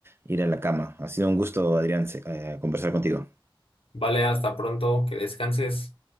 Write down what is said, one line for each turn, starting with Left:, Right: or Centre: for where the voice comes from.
Right: ir a la cama. Ha sido un gusto, Adrián, se- eh, conversar contigo.
Left: Vale, hasta pronto, que descanses.